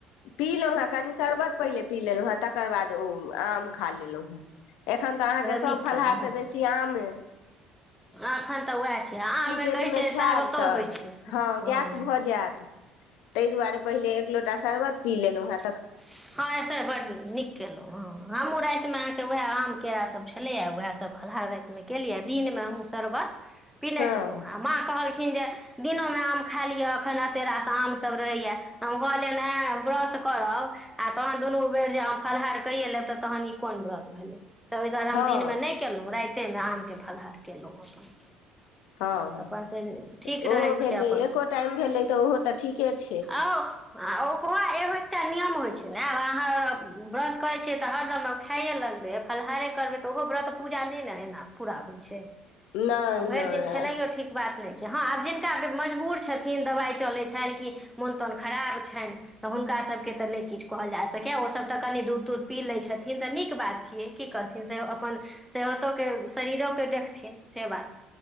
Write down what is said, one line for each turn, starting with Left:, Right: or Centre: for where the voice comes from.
Left: पी लेलहुँ हेँ कनि शरबत पहिले पी लेलहुँ हें तकर बाद ओ आम खा लेलहुँ हेँ। एखन तऽ अहाँके सभ
Centre: नीक
Left: फलाहारसँ
Centre: केलहुँ हँ
Left: बेसी आम अइ।
Centre: एखन तऽ उएह छै आममे
Left: पेटमे
Centre: कहै छै
Left: खायब
Centre: तागतो
Left: तऽ
Centre: होइ छै
Left: गैस
Centre: हँ।
Left: भऽ जायत ताहि दुआरे पहिले एक लोटा सरबत पी लेलाऊ है।
Centre: <unintelligible> बड निक क कयलहुँ हँ हमहूँ रातिमे अहाँके उएह आम केरासभ छलैए उएहसभ फलहार रातिमे केलियै आ दिनमे हमहूँ शरबत। पिने
Left: हँ
Centre: छलहुँ आ माँ कहल। तखिन जे दिनोमे आम खा लिअ एखन तेरासँ आमसभ रहैए हम कहलियनि आ व्रत करब आ तहन दुनू बेर जे फलहार कैये लेब तऽ तहन ई कोन व्रत भेले तऽ ओहि दुआरे
Left: हँ
Centre: हम दिनमे नहि केलहुँ राति कते मे आम के फलहार केलहुँं अपन
Left: हँ
Centre: तऽ अपन से
Left: तऽ
Centre: ठीक रहै
Left: ओहो भेली
Centre: छै अपन
Left: एको टाइम भेलै तऽ ओहो तऽ ठीके छै।
Centre: आउ आ ओकहो एगो एकटा नियम होय छै। नै आब अहाँ व्रत करै छियै तऽ हरदम खैये लगबै फलहारे करबै तऽ ओहो व्रत पूजा नहि ने एना पूरा होइ छै। आ
Left: नहि
Centre: भरि
Left: नहि
Centre: दिन खेनाइयो ठीक बात नहि छै। हँ आब जिनका मजबूर छथिन दबाइ चलै छनि कि मोन तोन खराब छनि तऽ हुनका सभके तऽ नहि किछु कहल जा सकै ओसभ तऽ कनि दूध तूध पी लै छथिन तऽ नीक बात छियै की करथिन से अपन सेहतोके शरीरोके देखथिन से बात